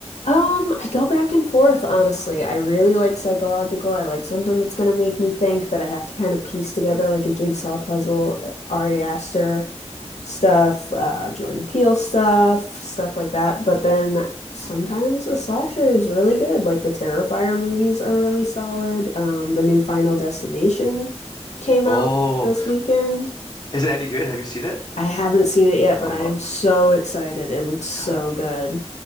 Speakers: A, on the left (about 80°); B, on the left (about 40°).
A: Um, I go back and forth, honestly. I really like psychological. I like something that's going to make me think that I have to kind of piece together like a jigsaw puzzle. Uh, Ari Aster stuff, uh, Jordan Peele stuff, stuff like that. But then Sometimes a slasher is really good. Like the Terrifier movies are really solid. Um, the new Final Destination came
B: Oh,
A: out this weekend.
B: is it any good? Have you seen it?
A: I haven't seen it yet,
B: Oh,
A: but I am so excited. It looks so
B: yeah.
A: good.